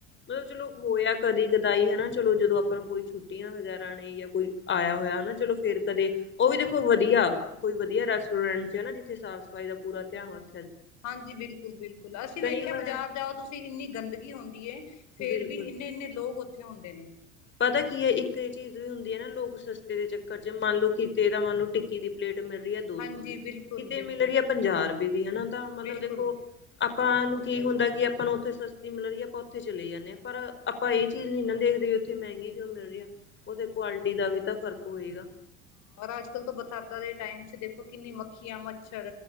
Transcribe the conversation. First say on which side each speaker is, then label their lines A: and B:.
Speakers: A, on the left; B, on the left.
A: ਮਤਲਬ ਚਲੋ ਹੋਇਆ ਕਦੀ ਕਦਾਈ ਹਨਾ, ਚਲੋ ਜਦੋਂ ਆ ਆਪਾਂ ਨੂੰ ਕੋਈ ਛੁੱਟੀਆਂ ਵਗੈਰਾ ਨੇ, ਜਾਂ ਕੋਈ ਆਇਆ ਹੋਇਆ ਹਨਾ ਚਲੋ ਫੇਰ ਕਦੇ, ਉਹ ਵੀ ਦੇਖੋ ਵਧੀਆ ਕੋਈ ਵਧੀਆ ਰੈਸਟੋਰੈਂਟ ਚ ਹਨਾ, ਜਿੱਥੇ ਸਾਫ਼ ਸਫਾਈ ਦਾ ਪੂਰਾ ਧਿਆਨ ਰੱਖ
B: ਹਾਂਜੀ ਬਿਲਕੁਲ- ਬਿਲਕੁਲ, ਅਸੀਂ
A: ਕਈ
B: ਵੇਖਿਆ
A: ਵਾਰ
B: ਬਾਜ਼ਾਰ ਜਾਓ ਤੁਸੀਂ, ਇੰਨੀ ਗੰਦਗੀ ਹੁੰਦੀ ਐ। ਫੇਰ
A: ਬਿਲਕੁਲ
B: ਵੀ ਇੰਨੇ- ਇੰਨੇ ਲੋਕ ਉੱਥੇ ਹੁੰਦੇ ਨੇ
A: ਪਤਾ ਕੀ ਹੈ ਇੱਕ ਇਹ ਚੀਜ਼ ਵੀ ਹੁੰਦੀ ਹੈ ਨਾ, ਲੋਕ ਸਸਤੇ ਦੇ ਚੱਕਰ ਚ ਮੰਨ ਲਓ, ਕਿਤੇ ਤਾਂ ਮੰਨ ਲਓ ਟਿੱਕੀ ਦੀ ਪਲੇਟ ਮਿਲ ਰਹੀ ਐ ਦੋ
B: ਹਾਂਜੀ
A: ਸੌ ਦੀ,
B: ਬਿਲਕੁਲ-ਬਿਲਕੁਲ
A: ਕਿਤੇ ਮਿਲ ਰਹੀ ਹੈ ਪੰਜਾਹ ਰੁਪਏ ਦੀ, ਹਨਾ ਤਾਂ ਮਤਲਬ
B: ਬਿਲਕੁਲ
A: ਦੇਖੋ
B: ਬਿਲਕੁਲ।
A: ਆਪਾਂ ਨੂੰ ਕੀ ਹੁੰਦਾ ਕਿ ਆਪਾਂ ਨੂੰ ਉੱਥੇ ਸਸਤੀ ਮਿਲ ਰਹੀ ਆ, ਆਪਾਂ ਉੱਥੇ ਚਲੇ ਜਾਂਦੇ ਆਂ, ਪਰ ਆਪਾਂ ਇਹ ਚੀਜ਼ ਨੀ ਨਾ ਦੇਖਦੇ, ਵੀ ਉੱਥੇ ਮਹਿੰਗੀ ਕਿਉਂ ਮਿਲ ਰਹੀ ਐ, ਉੱਥੇ ਕੁਆਲਿਟੀ ਦਾ ਵੀ ਤਾਂ ਫ਼ਰਕ ਹੋਏਗਾ।
B: ਹਾਂ, ਔਰ ਅੱਜ- ਕੱਲ੍ਹ ਤਾਂ ਬਰਸਾਤਾਂ ਦੇ ਟਾਈਮ ਚ ਦੇਖੋ ਕਿੰਨੀ ਮੱਖੀਆਂ, ਮੱਛਰ